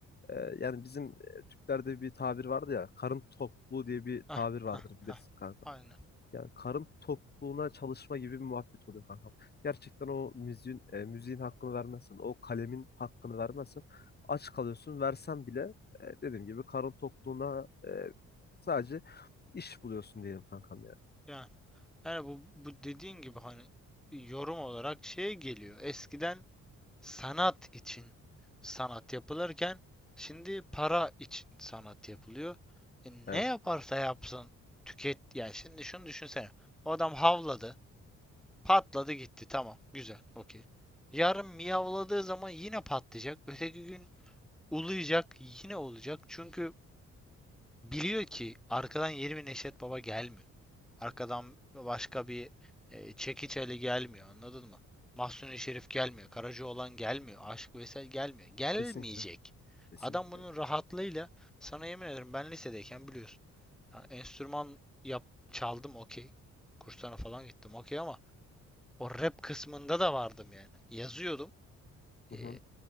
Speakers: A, on the left; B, in the centre.
A: e, yani bizim e, Türklerde bir tabir vardı ya karın tokluğu diye bir
B: Hah,
A: tabir vardır
B: hah,
A: bilirsin
B: hah.
A: kanka.
B: Aynen.
A: Yani karın tokluğuna çalışma gibi bir muhabbet oluyor kankam. Gerçekten o müziğin, e, müziğin hakkını vermezsen, o kalemin hakkını vermezsen aç kalıyorsun. Versen bile e, dediğim gibi karın tokluğuna e, sadece iş buluyorsun diyelim kankam yani.
B: Yani, yani bu, bu dediğin gibi hani yorum olarak şey geliyor. Eskiden sanat için sanat yapılırken şimdi para için sanat yapılıyor. E ne
A: Evet.
B: yaparsa yapsın tüket yani şimdi şunu düşünsene. O adam havladı. Patladı gitti. Tamam. Güzel. Okey. Yarın miyavladığı zaman yine patlayacak. Öteki gün uluyacak. Yine olacak. Çünkü biliyor ki arkadan yeni bir Neşet Baba gelmiyor. Arkadan başka bir e, Çekiç Ali gelmiyor. Anladın mı? Mahsuni Şerif gelmiyor. Karacaoğlan gelmiyor. Aşık Veysel gelmiyor. Gelmeyecek.
A: Kesinlikle. Kesinlikle.
B: Adam bunun rahatlığıyla sana yemin ederim ben lisedeyken biliyorsun. Ya enstrüman yap çaldım okey. Kurslarına falan gittim okey ama o rap kısmında da vardım yani. Yazıyordum.
A: Hı
B: Ee,
A: hı.